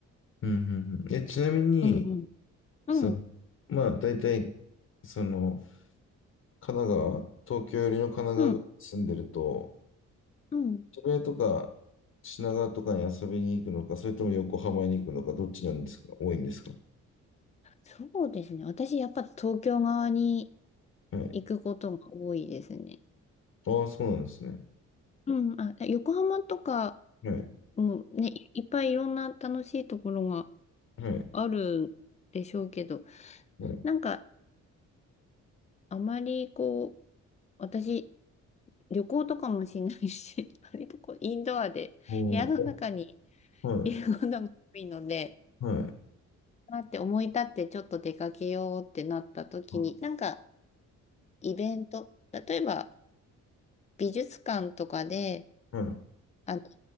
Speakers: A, on the left (about 55°); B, on the left (about 20°).
A: うんうんえちなみに
B: うんうん。うん、
A: そのまあだいたいその神奈川東京よりの神奈川住んでると
B: うん、うん。
A: 千葉とか品川とかに遊びに行くのかそれとも横浜に行くのかどっちなんですか多いんですか
B: そうですね。私、やっぱ東京側に
A: はい
B: 行くことが多いですね。
A: ああそうなんですね
B: うん、あ、横浜とか
A: はい
B: もね、いいっぱいいろんな楽しいところが
A: はい
B: あるでしょうけど、
A: はい
B: なんかあまりこう、私、旅行とかもしないし、<laughs> 割とこう、インドアで部屋の中に
A: おはい
B: いることが多いので、
A: はい
B: あって思い立ってちょっと出かけようってなった時に、
A: はい
B: なんかイベント、例えば美術館とかで、
A: はい
B: あの、